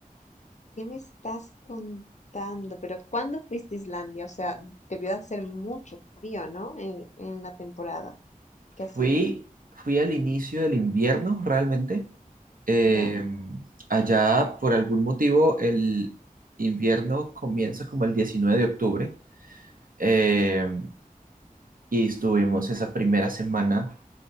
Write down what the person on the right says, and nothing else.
Fui,
fui al inicio del invierno realmente. Eh,
allá, por algún motivo, el invierno comienza como el 19 de octubre. Eh, y estuvimos esa primera semana.